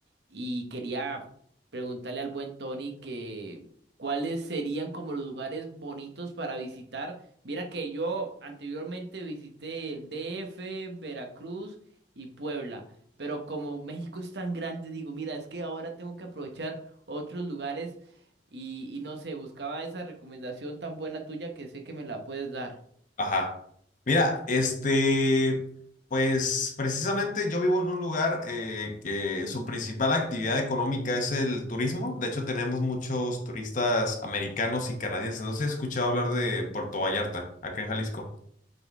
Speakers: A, on the right; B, on the left.
A: y quería preguntarle al buen Tony que cuáles serían como los lugares bonitos para visitar. Mira que yo anteriormente visité el DF, Veracruz y Puebla, pero como México es tan grande, digo, mira, es que ahora tengo que aprovechar otros lugares Y, y no sé, buscaba esa recomendación tan buena tuya que sé que me la puedes dar.
B: Ajá. Mira, este, pues precisamente yo vivo en un lugar eh, que su principal actividad económica es el turismo. De hecho, tenemos muchos turistas americanos y canadienses. No sé si has escuchado hablar de Puerto Vallarta, acá en Jalisco.